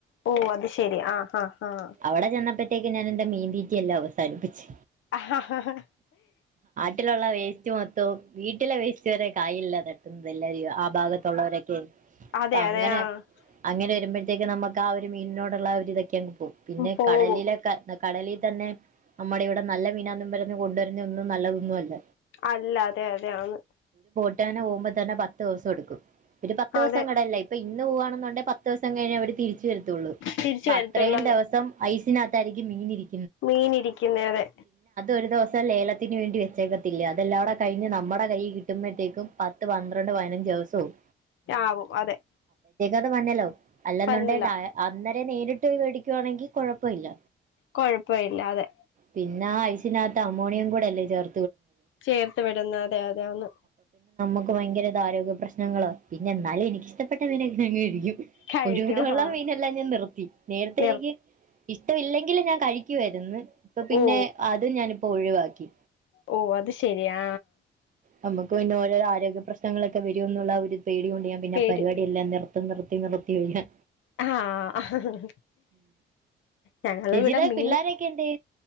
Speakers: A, on the left; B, on the right.
A: ഓ അത് ശെരി ആഹ് ആഹ് ആഹ്
B: അവടെ ചെന്ന ചത്തേക്ക് തിന്നാൻ എന്റെ മീൻതീറ്റി എല്ലാം അവസാനിപ്പിച്ച്
A: ഹ ഹ ഹ്
B: വീട്ടിലുള്ള വെസ്റ്റ് മൊത്തവും വീട്ടിലെ വെസ്റ്റ് വരെ കായില തട്ടുന്നത് എ ന്നാ ചെയ്യുവാ അഭാഗത്ത് ഉള്ളവരൊക്കെ
A: അതെ
B: അപ്പം അങ്ങനെ
A: അതെ ആഹ്
B: അങ്ങനെ വരുമ്പ ത്തേക്ക് ന്നമ്മക്ക് ആ ഒരു മീനിന്നോട് ഉള്ള അ ഒരു ഇതൊക്കെ അങ്ങ് പിന്നെ
A: പോവും
B: കടലിലെ ന്ന കടലി തന്നെ നമ്മടെ ഇവടെ നല്ല മീനന്നും പറഞ്ഞ് കൊടുവരുന്നേ ഒന്നും നല്ലത് ഒന്നും അല്ല
A: അല്ല അതെ അതെ ആന്ന്
B: ട്ടനെ ഒവുംമ്പം തന്നെ പത്ത് ദിവസം എടുക്കും ഒരു പത്ത് ദിവസം
A: അതെ
B: കടലില ഇപ്പം ഇന്ന് പോവാണെന്നുണ്ടേൽ പത്ത് ദിവസം കഴിഞ്ഞേ അവര് തിരിച്ച് വരത്തുഉള്ളു
A: തിരിച്ച്
B: അപ്പം
A: വരത്തുള്ളൂ
B: അത്രേം
A: അതെ
B: ദിവസം ഐസ് പിന്നെ താരിക്കും ഇങ്ങിനെ ഇരി
A: മീൻ ഇരിക്കിന്നെ അതെ
B: ഒരു ദിവസം ലേലത്തിന് വേണ്ടി വെച്ചേക്കത്തില്ലേ അതെല്ലാടെ കയിഞ്ഞ് ന്നമ്മടെ കയ്യിൽ കിട്ടുമ്പോയ്‌ത്തേക്കും പത്ത് പന്ത്രണ്ട് പയിനഞ്ച് ദിവസാവും
A: ആവും അതെ
B: ത് വനലോ അല്ലെന്നുണ്ടേൽ
A: പന്നലാ
B: ഡയ അന്ന് ല്ലേ നേരിട്ട് പോയി വേടിക്കുവാണെങ്കിൽ കുഴപ്പം ഇല്ല
A: കൊയപ്പം ഇല്ല അതെ
B: പിന്നെ ആ ഐസിനകത്ത് അമോണിയം കൂടെ അല്ലെ ചെർ
A: ചേർത്ത് വിടുന്നെ അതെ അതെ ആന്ന്
B: നമക്ക് ഭയങ്കര ഇത് ആരോഗ്യ പ്രശ്നങ്ങള പിന്നെ എന്നാലും എനിക്കിഷ്ടപ്പെട്ട മീന ഞാൻ കഴിക്കും
A: കഴിക്കും
B: ഒരുവിധഉള്ള
A: ആഹ്
B: മീനെല്ലാം ഞാൻ നിർത്തി നേരത്തെ
A: നിർ
B: എനിക്ക് ഇഷ്ട്ട ഇല്ലെങ്കിലും ഞാൻ കഴിക്കുവായിരുന്ന് ഇപ്പൊ പിന്നെ
A: ഓ
B: അത് ഞാൻ പ്പോ ഒഴിവാക്കി
A: ഓ അത് ശരിയാ
B: നമുക്ക് പിന്നെ ഓരോരോ ആരോഗ്യ പ്രശ്നങ്ങളൊക്കെ വരോന്നുള്ള ആ ഒരു പേടി കൊണ്ട് ഞാൻ പിന്നെ
A: പേര്
B: ആ പരുവാടി എല്ലാം നിർ നിർത്തി നിർത്തി ഞാൻ
A: ആ ഹാ ഹാ ഹ് ഞങ്ങള
B: ചേച്ചിയുടെ
A: ഇവിടെ മീൻ
B: പിള്ളോരൊക്കെ എന്തേ